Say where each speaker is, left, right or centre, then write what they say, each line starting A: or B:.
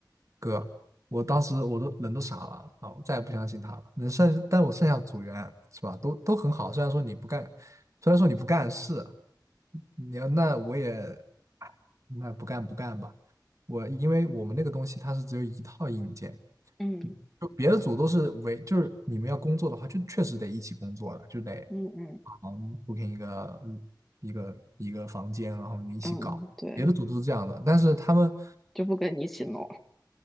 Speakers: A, on the right; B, in the centre.
A: 哥！我当时我都人都傻了，啊！我再也不相信他了。能剩，但我剩下组员是吧，都都很好。虽然说你不干，虽然说你不干事，你要那我也，哎那不干不干吧。我因为我们那个东西它是只有一套硬件。
B: 嗯
A: 就别的组都是为，就是你们要工作的话，就确实得一起工作了，就得
B: 嗯嗯
A: 嗯 booking 一个嗯一个一个房间，然后你一起搞。
B: 嗯嗯，对，
A: 别的组都是这样的，但是他们
B: 就不跟你一起弄，